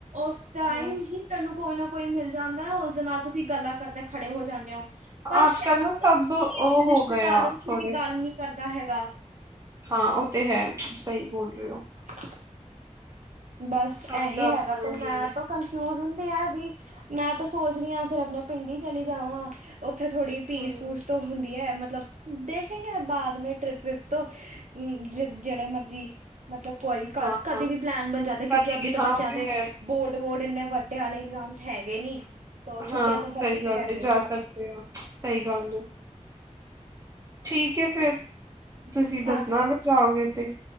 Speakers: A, on the right; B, on the right.
A: ਉਸ ਟਾਈਮ
B: ਹਾਂ
A: ਹੀ ਤੈਨੂੰ ਕੋਈ ਨਾ ਕੋਈ ਮਿਲ ਜਾਂਦਾ। ਉਸਦੇ ਨਾਲ ਤੁਸੀਂ ਗੱਲਾਂ ਕਰਦੇ ਖੜੇ ਹੋ ਜਾਂਦੇ ਹੋ। ਪਰ
B: ਅੱਜ
A: ਸ਼ਾਯਦ
B: ਕੱਲ ਨਾ ਸਭ
A: ਵਿੱਚ
B: ਉਹ
A: ਕੋਈ ਰਿਸ਼ਤੇਦਾਰੋ
B: ਹੋ ਗਿਆ
A: ਸੇ
B: ਥੋੜੇ
A: ਵੀ ਗੱਲ ਨੀ ਕਰਦਾ ਹੈਗਾ।
B: ਹਾਂ, ਓ ਤੇ ਹੈ ਸਹੀ ਬੋਲ ਰਹੇ ਓ।
A: <inaudible> ਬਸ
B: ਸਭ
A: ਐਹੀ
B: ਦਾ ਆਪਣਾ
A: ਹੈਗਾ ਤੋ
B: ਹੀ
A: ਮੈਂ
B: ਹੈ
A: ਤੋ ਕਨਫਿਊਜ ਹੁੰਦੀ ਐ ਵੀ। ਮੈਂ ਤਾਂ ਸੋਚ ਰੀ ਆਂ ਫਿਰ ਆਪਣੇ ਪਿੰਡ ਈ ਚਲੀ ਜਾਵਾਂ। ਓਥੇ ਥੋੜ੍ਹੀ ਪੀਸ-ਪੂਸ
B: ਹੂੰ,
A: ਤੋਂ ਹੁੰਦੀ ਹੈ, ਮਤਲਬ ਦੇਖੇਗੇਂ ਅਬ ਬਾਅਦ ਮੇ ਟਰਿੱਪ-ਵਿਰਿੱਪ ਤੋਂ ਹੂੰ ਜੇੜੇ ਮਰਜੀਂ ਮਤਲਬ, ਕੋਈ ਕ
B: ਹਾਂ-ਹਾਂ
A: ਕਦੇ ਵੀ ਪਲੈਨ ਬਣ ਕਿਉਂਕਿ,
B: ਕਦੇ
A: ਅਭੀ
B: ਵੀ
A: ਤੋ
B: ਹਾਂ
A: ਬੱਚਿਆਂ
B: ਉਹ ਤੇ
A: ਦੇ
B: ਹੈ।
A: ਬੋਰਡ-ਵੋਰਡ ਇੰਨੇ ਵੱਡੇ ਆਲੇ ਇਗਜ਼ਾਮ ਹੈਗੇ ਨੀ। ਤੋ ਛੁੱਟੀਆਂ
B: ਹਾਂ
A: ਤੋਂ ਪੜ੍ਹਦੀ
B: ਸਹੀਂ ਗੱਲ
A: ਰਹਿੰਦੀ
B: ਏ, ਜਾ
A: ਇਹਨਾਂ
B: ਸਕਦੇ
A: ਦੀ
B: ਓ ਸਹੀਂ ਗੱਲ ਏ। ਠੀਕ ਐ ਫੇਰ, ਤੁਸੀਂ ਦੱਸਣਾ
A: ਹਾਂਜੀ
B: ਅਗਰ ਜਾਓਗੇ ਤੇ